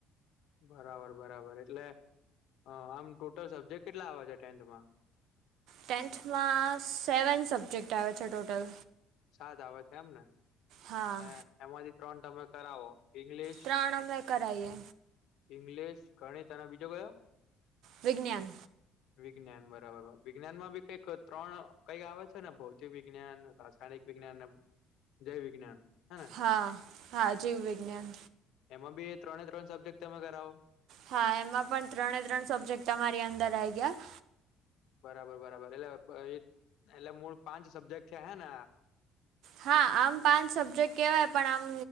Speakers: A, on the left; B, on the right.
A: બરાબર બરાબર એટલે આમ ટોટલ સબ્જેક્ટ કેટલા આવે છે ટેન્થમાં.
B: ટેન્થમાં સેવન સબ્જેક્ટ આવે છે ટોટલ
A: સાત આવે છે એમને
B: હા
A: અને એમાંથી ત્રણ તમે કરાવો. ઈંગ્લિશ
B: ત્રણ અમે કરાઈએ.
A: ઈંગ્લિશ ગણિત અને બીજો કયો
B: વિજ્ઞાન
A: વિજ્ઞાન બરાબર વિજ્ઞાનમા કઈક ત્રણ કઈક આવે છે ને ભૌતિક વિજ્ઞાન રાસાયણિક વિજ્ઞાન ને જય વિજ્ઞાન હેને
B: હા હા જીવ વિજ્ઞાન
A: એમાં બી ત્રણે ત્રણ સબ્જેક્ટ તમે કરાવો.
B: હા એમાં પણ ત્રણે ત્રણ સબ્જેક્ટ તમામારી અંદર આવી ગયા
A: બરાબર બરાબર એટલે એટલે મૂળ પાંચ સબ્જેક્ટ છે હે ને
B: હા આમ પાંચ સબ્જેક્ટ કહેવાય પણ આમ